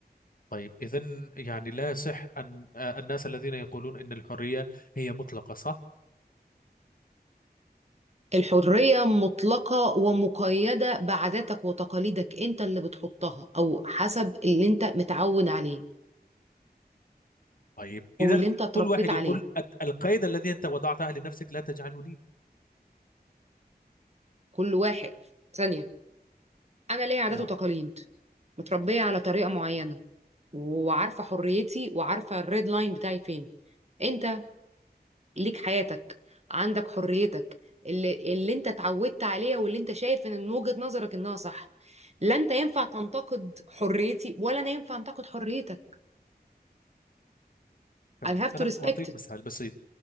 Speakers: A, on the left; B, on the right.
A: طيب إذا يعني لا يصح أن آه، الناس الذين يقولون أن الحرية هي مطلقة صح؟
B: الحرية مطلقة ومقيدة بعاداتك وتقاليدك انت اللي بتحطها او حسب اللي انت متعود عليه
A: طيب
B: او
A: إذا
B: اللي انت اتربيت
A: كل واحد
B: عليه
A: يقول القيد الذي أنت وضعته لنفسك لا تجعله لي
B: كل واحد ثانية انا ليا عادات
A: نعم
B: وتقاليد متربية على طريقة معينة وعارفة حريتي وعارفة الريد لاين بتاعي فين انت ليك حياتك عندك حريتك اللي, اللي انت اتعودت عليها واللي انت شايف ان من وجهة نظرك انها صح لا انت ينفع تنتقد حريتي ولا انا ينفع انتقد حريتك
A: تمام
B: I have
A: أنا
B: to respect
A: أعطيك مثال بسيط